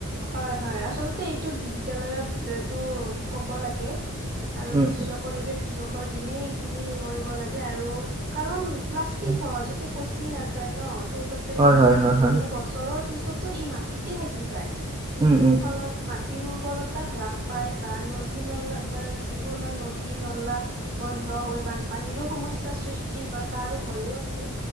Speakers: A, on the right; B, on the right.
A: হয় হয় আচলতে এইটো বিদ্যালয়ত এইটো ক'ব লাগে আৰু
B: উম,
A: বিশ্ব পৰিৱেশ দিৱস। দিনেই সেইখিনি কৰিব লাগে আৰু, কাৰণ প্লাষ্টিক
B: উম,
A: সহজতে পচি নাযায় ন সেইবাবে
B: হয়, হয়, হয়,
A: বহু
B: হয়,
A: বছৰৰ পিছতো ই মাটিতে থাকি যায়।
B: উম, উম,
A: ফলত মাতি ৰো উৰ্বৰতা হ্ৰাস পায় বা নলী নলা মানে যিবোৰ আমাৰ নদী নলা বন্ধ হৈ বানপানীৰো সমস্যাৰ সৃষ্টি হয় বা আৰু হয়ো আছে